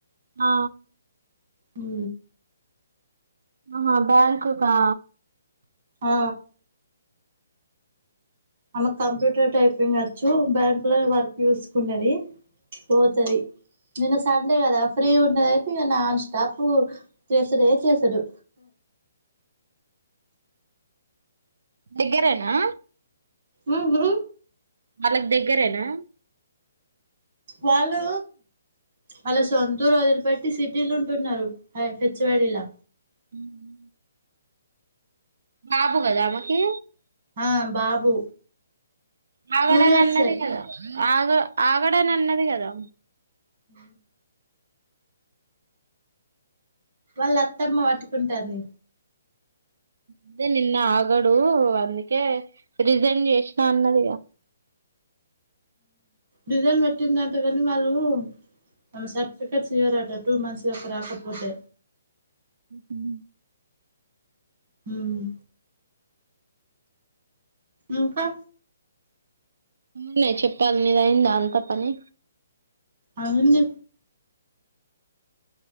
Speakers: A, on the right; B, on the right.
A: ఆ
B: ఊ
A: ఆహా బ్యాంకుకా
B: ఆ ఆమెకు కంప్యూటర్ టైపింగ్ వచ్చు బ్యాంక్ లో వర్క్ చూసుకున్నది పోతుది నిన్న సండే కదా ఫ్రీ ఉండేది ఇంక నాన్ స్టాప్ చేస్తేనే చేస్తాడు
A: దగ్గరేనా
B: ఊ హూ
A: వాళ్ళకు దగ్గరేనా
B: వాళ్ళు వాళ్ళ సొంతూరు వదిలిపట్టి సిటీలు ఉంటున్నారు హెచ్వాడిలా
A: హ్మ్ బాబు కదా ఆమకి
B: ఆ బాబు
A: అవిడ
B: టూ ఇయర్సే
A: నన్నది కదా ఆగు ఆగని అన్నది కదా
B: హ వాళ్ళు అత్తమ్మ పట్టుకుంటాంది
A: అదే నిన్న ఆగడు అందుకే రిజైన్ చేసినా అన్నది గా
B: రిజల్ పెట్టిందంట కానీ వాళ్ళు మన సర్టిఫికెట్స్ ఇవ్వరాట టూ మంత్స్ వరకు రాకపోతే
A: ఉమ్మ్
B: మ్మ్ ఇంకా
A: నువ్వే చెప్పాలి నిది అయిందా అంత పని
B: అవునండి